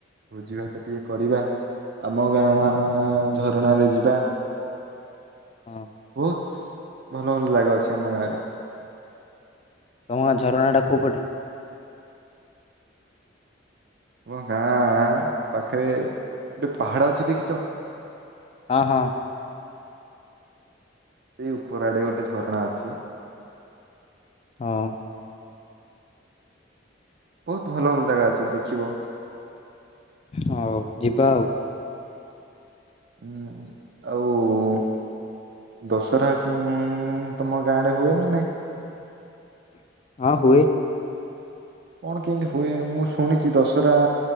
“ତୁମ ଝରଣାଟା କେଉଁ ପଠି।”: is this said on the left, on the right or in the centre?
Left